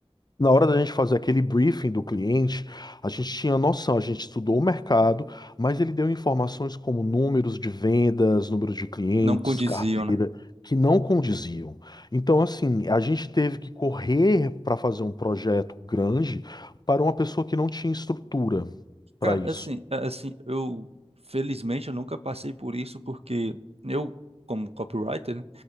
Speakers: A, on the left (about 40°); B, on the right (about 70°).
A: Na hora da gente fazer aquele briefing do cliente, a gente tinha noção, a gente estudou o mercado, mas ele deu informações como números de vendas, número de clientes,
B: não condiziam,
A: carteira,
B: né?
A: que não condiziam. Então, assim, a gente teve que correr para fazer um projeto grande para uma pessoa que não tinha estrutura para
B: Cara,
A: isso.
B: assim, a- assim, eu felizmente eu nunca passei por isso porque eu, como copywriter, né,